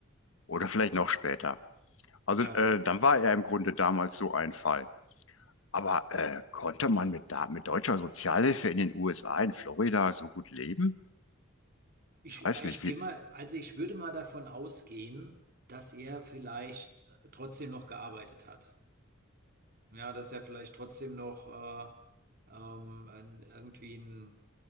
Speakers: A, on the left (about 85°); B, on the right (about 50°).
A: Oder vielleicht noch später. Also,
B: Ja,
A: äh, dann war er im Grunde damals so ein Fall. Aber äh, konnte man mit, da, mit deutscher Sozialhilfe in den USA, in Florida, so gut leben?
B: ich,
A: Ich weiß
B: äh,
A: nicht,
B: ich
A: wie.
B: gehe mal, also ich würde mal davon ausgehen, dass er vielleicht äh, trotzdem noch gearbeitet hat. Ja, dass er vielleicht trotzdem noch äh, ähm, ein, irgendwie ein